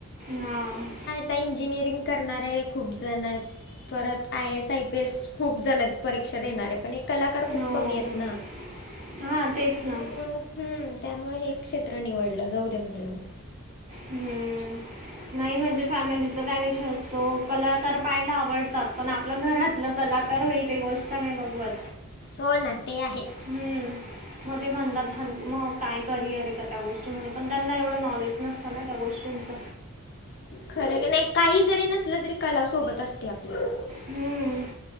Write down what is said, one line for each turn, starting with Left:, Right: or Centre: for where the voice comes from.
Right: हां.
Left: <unintelligible> इंजिनिअरिंग करणारे खूप जण आहेत. परत I S, I P S खूप जणयेत परीक्षा देणारे. पण एक कला- -कार खूप
Right: हो
Left: कमी आहेत ना?
Right: हां तेच
Left: <unintelligible>
Right: ना
Left: त्यामुळे हेच क्षेत्र निवडलं. जाऊ दे म्हणलं मग.
Right: हम्म. नाही म्हणजे फॅमिलीचा काय विषय असतो? कलाकार पाहायला आवडतात पण आपल्या घरात- आपलं कलाकार होईल ते गोष्ट नाही बघवत.
Left: हो ना. ते आहे.
Right: हं. मग ते म्हणतात मग काय करिअर आहे का त्या गोष्टीमध्ये? पण त्यांना एवढं नॉलेज- नसत ना त्या गोष्टींच.
Left: खरं कि नाही, काही जरी नसल तरी कला सोबत असते आपल्या.
Right: हम्म.